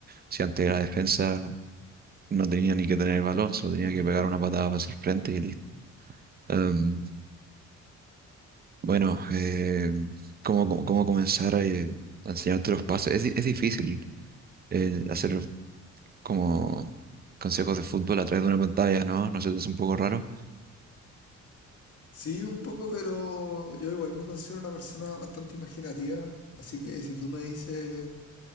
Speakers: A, on the right (about 30°); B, on the left (about 50°).
A: si antes la defensa no tenía ni que tener el balón, solo tenía que pegar una patada para hacer frente y listo. Em, bueno, em, ¿cómo, cómo, cómo comenzar a, eh, a enseñarte los pases? Es, di- es difícil eh, hacer como consejos de fútbol a través de una pantalla, ¿no? No sé, es un poco raro.
B: Sí, un poco, pero yo igual me considero una persona bastante imaginativa, así que si tú me dices,